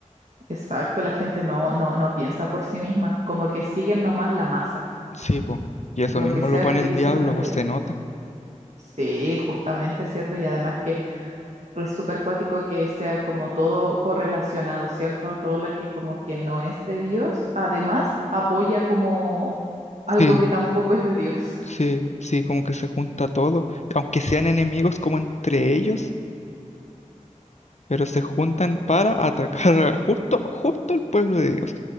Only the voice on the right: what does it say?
Exacto, la gente no, no, no piensa por sí misma, como que siguen nomás la masa,
lo
que sea
que
dice
la mayoría.
Sí, justamente, ¿cierto? Y además que es súper cuático que sea como todo correlacionado, ¿cierto? Todo lo que como que no es de Dios, además apoya como algo
que tampoco es de Dios.